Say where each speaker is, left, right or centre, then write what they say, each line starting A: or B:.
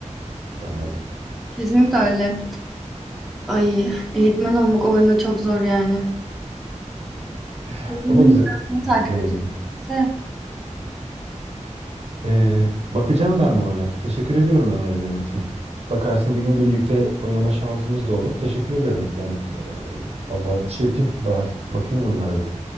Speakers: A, on the right (about 55°); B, in the centre.
A: gibi anladım.
B: Kesinlikle öyle. Ay, eğitmen olmak oyunda çok zor yani.
A: <laughs>
B: Birbirinin
A: Ama güzel
B: arasını
A: bir
B: takip
A: oyuna benziyor.
B: edecekse.
A: Ee, bakacağım ben bu oyuna. Teşekkür ediyorum önerilerin için. Bakarsın bir gün birlikte oynama şansımız da olur. Teşekkür ederim ben. Ee, vallahi bir şey yapayım Bahar. Bakayım bunlara bir.